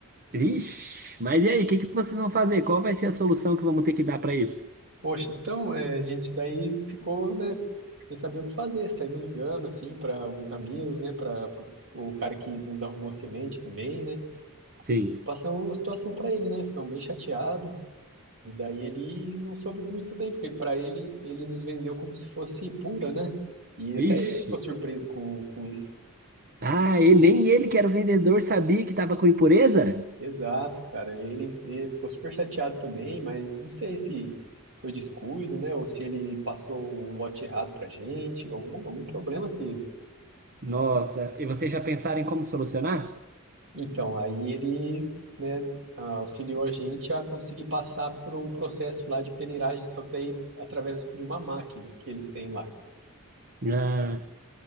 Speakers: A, on the right; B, on the right.
A: Ixi. Mas e aí, o que que vocês vão fazer? Qual vai ser a solução que vamos ter que dar para isso?
B: Poxa, então é, a gente daí ficou, né, sem saber o que fazer, saímos ligando, assim, para alguns amigos, né, para o cara que nos arrumou semente também, né,
A: Sim.
B: passamos a situação para ele, né, ficamos bem chateado e daí ele não soube muito bem, porque para ele, ele nos vendeu como se fosse pura, né, e até
A: Ixi.
B: ele ficou surpreso com, com isso.
A: Ah, e nem ele, que era o vendedor, sabia que estava com impureza?
B: Exato, cara, e ele, ele ficou super chateado também, mas não sei se foi descuido, né, ou se ele passou o lote errado pra gente, algum, algum problema teve.
A: Nossa. E vocês já pensaram em como solucionar?
B: Então, aí ele, né, auxiliou a gente a conseguir passar por um processo lá de peneiragem, só que daí através de uma máquina que eles têm lá.
A: Ah.